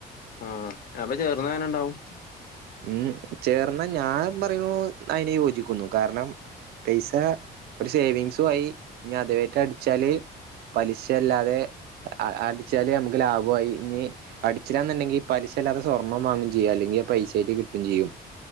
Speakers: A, on the left; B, on the right.
A: ആ അപ്പ ചേർന്നാങ്ങനണ്ടാവും
B: മ് ചേർന്ന ഞാൻ പറയണു അയിന് യോജിക്കുന്നു. കാരണം പൈസ ഒരു സേവിങ്സു ആയി ഇനി അതവേറ്റ അടിച്ചാല് പലിശല്ലാതെ അ അ അടിച്ചാല് നമുക്ക് ലാബോയി, ഇനി അടിച്ചിലാന്നുണ്ടെങ്കിൽ പലിശ അല്ലാതെ സ്വർണ്ണം വാങ്ങും ചെയ്യാം അല്ലെങ്കിൽ ആ പൈസ <unintelligible> കിട്ടും ചെയ്യും.